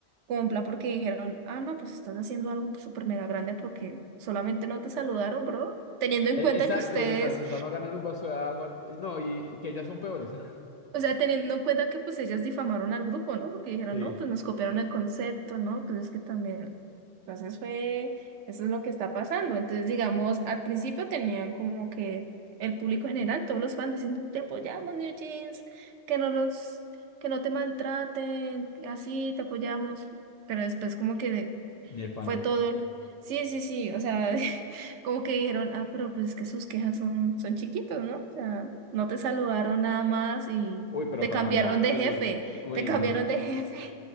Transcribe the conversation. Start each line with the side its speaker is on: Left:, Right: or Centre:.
Right: como en plan porque dijeron, ah, no, pues estás haciendo algo súper mega grande porque solamente no te saludaron, bro, teniendo en
Left: E-
Right: cuenta
Left: Exacto,
Right: que ustedes
Left: se está- se están ganando un vaso de agua. y No, y, y que ellas son peores. <laughs>
Right: O sea, teniendo en cuenta que pues ellas difamaron al grupo, ¿no? Porque dijeron,
Left: Sí,
Right: no, pues nos copiaron el concepto, ¿no? Pues es que también. Entonces fue, eso es lo que está pasando. Entonces, digamos, al principio tenían como que el público general, todos los fans diciendo, te apoyamos, New Jeans, que no los que no te maltraten, así te apoyamos. Pero después como que
Left: ni el fandom.
Right: fue todo. el- Sí, sí, sí, o sea, <laughs> como que dijeron, ah, pero pues es que sus quejas son, son chiquitos, ¿no? O sea, no te saludaron nada más y
Left: Uy, pero
Right: te
Left: para
Right: cambiaron
Left: mandar.
Right: de
Left: Uy,
Right: jefe,
Left: no. Uy,
Right: te cambiaron
Left: no,
Right: de <laughs> jefe,